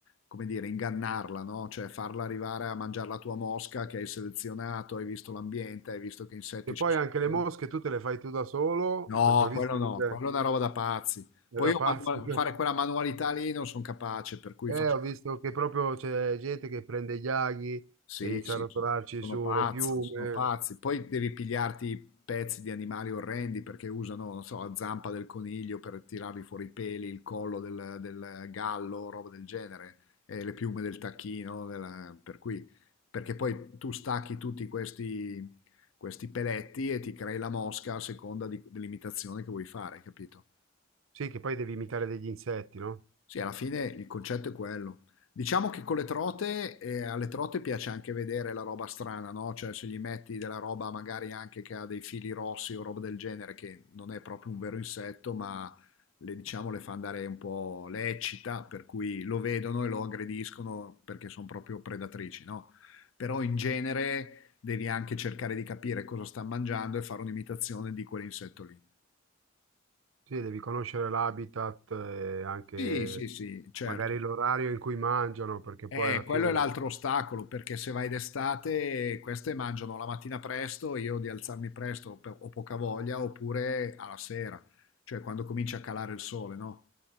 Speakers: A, on the left; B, on the right.
A: come dire, ingannarla, no? Cioè farla arrivare a mangiare la tua mosca che hai selezionato, hai visto l'ambiente, hai visto che insetti
B: che
A: ci
B: poi anche le
A: sono.
B: mosche tu te le fai tu da solo,
A: No,
B: perché ho visto
A: quello no,
B: che te-
A: quello è una roba da pazzi.
B: è
A: Poi
B: da
A: io
B: pazzo.
A: manu-
B: perché-
A: fare
B: <laughs>
A: quella manualità lì non sono capace, per cui
B: Eh,
A: faccio...
B: ho visto che proprio c'è gente che prende gli aghi
A: Sì,
B: e inizia
A: sì,
B: a rotolarci
A: sono, sono
B: sulle
A: pazzi,
B: piume.
A: sono pazzi. Poi devi pigliarti pezzi di animali orrendi perché usano, non so, la zampa del coniglio per tirargli fuori i peli, il collo del, del gallo, roba del genere, e le piume del tacchino, della- per cui... Perché poi tu stacchi tutti questi, questi peletti e ti crei la mosca a seconda di- dell'imitazione che vuoi fare, capito?
B: Sì, che poi devi imitare degli insetti, no?
A: Sì, alla fine il concetto è quello. Diciamo che con le trote, eh, alle trote piace anche vedere la roba strana, no? Cioè se gli metti della roba magari anche che ha dei fili rossi o roba del genere, che non è proprio un vero insetto, ma le, diciamo, le fa andare un po', le eccita, per cui lo vedono e lo aggrediscono perché sono proprio predatrici, no? Però in genere devi anche cercare di capire cosa sta mangiando e fare un'imitazione di quell'insetto lì.
B: Sì, devi conoscere l'habitat e anche
A: Sì, sì, sì, certo.
B: magari l'orario in cui mangiano, perché
A: Eh,
B: poi alla fine...
A: quello è l'altro ostacolo, perché se vai d'estate, queste mangiano la mattina presto, io di alzarmi presto pe- ho poca voglia, oppure alla sera, cioè quando comincia a calare il sole, no?